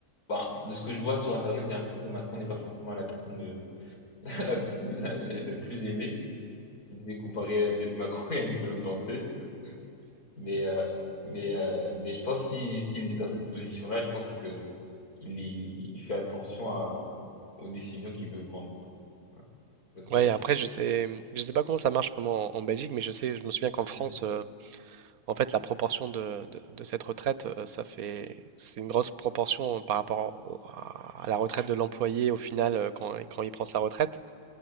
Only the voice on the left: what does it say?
bah, de ce que je vois sur Internet, j'ai l'impression que Macron n'est pas forcément la personne, le- <laughs> la personne la- la- le plus aimée. Je devais comparer euh, peut-être Macron et Nicolas Kanté. Mais, euh, mais, euh, mais je pense si, s'il est dans cette position-là, je pense que il, est- il fait attention à, aux décisions qu'il peut prendre. quoi. Parce qu'on-
Ouais,